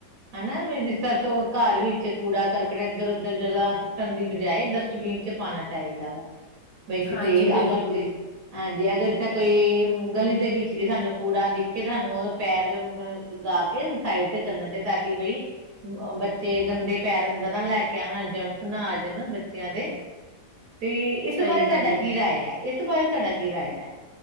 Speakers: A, on the right (about 65°); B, on the left (about 65°).
A: ਹਨਾ ਵੀ ਜਿਸ ਤਰ੍ਹਾਂ ਘਰ ਵੀ ਕੂੜਾ ਕਰਕਟ ਇੱਧਰ ਉੱਧਰ ਜਗ੍ਹਾ ਸੁੱਟਣ ਦੀ ਜਾਏ ਡਸਟਬੀਨ ਚ ਪਾਉਣਾ ਚਾਹੀਦਾ ਵਾ ਬਈ ਕਿਤੇ
B: ਹਾਂਜੀ
A: ਅਗਰ
B: ਬਿਲਕੁਲ
A: ਜ ਹਾਂਜੀ ਅਗਰ ਕੋਈ ਗਲੀ ਦੇ ਵਿੱਚ ਵੀ ਸਾਨੂੰ ਕੂੜਾ ਦਿਖੇ ਤਾਂ ਸਾਨੂੰ ਉਹ ਪੈਰ ਮਤਲਬ ਲਗਾ ਕੇ ਸਾਈਡ ਤੇ ਕਰਨ ਤੇ ਤਾਂ ਕਿ ਬਈ ਬੱਚੇ ਗੰਦੇ ਪੈਰ ਅੰਦਰ ਨਾ ਲੈ ਕੇ ਆਉਣ ਜਰਮਸ ਨਾ ਆ ਜ ਬੱਚਿਆਂ ਦੇ ਤੇ ਇਸ
B: ਸਹੀ
A: ਬਾਰੇ! ਤੁਹਾਡਾ
B: ਗੱਲ ਹੈ
A: ਕੀ ਰਾਏ ਆ ਇਸ ਬਾਰੇ ਤੁਹਾਡਾ ਕੀ ਰਾਏ ਆ।